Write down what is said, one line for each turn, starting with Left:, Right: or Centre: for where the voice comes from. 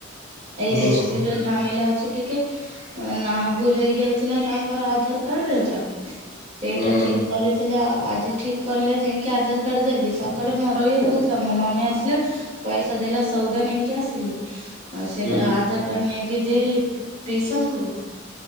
Right: ଏଇ ରେଷ୍ଟ୍ରିର
Left: ଓହୋ
Right: ଝାମେଲା ଅଛି ଟିକେ ଅ ନା ଭୁଲ ହେଇଯାଇଥିଲା ତାଙ୍କର ଆଧାର କାର୍ଡରେ ତ, ସେଟା
Left: ହଁ
Right: ଠିକ୍ କରିଥିଲେ ଆ ଆଜି ଠିକ କଲେ ଯାଇଁକି ଆଧାର କାର୍ଡ ଦେଲି ସକାଳେ ମୋର ଇଏ ବହୁତ କାମ ମମି ଆସିଲା ପଇସା ଦେଲା ସଉଦା ନେଇକି ଆସିଲି। ଆଉ ସେଟା
Left: ହୁଁ
Right: ଆଧାର କାର୍ଡ ନେଇକି ଦେଲି ପି ପିସାଙ୍କୁରୁ।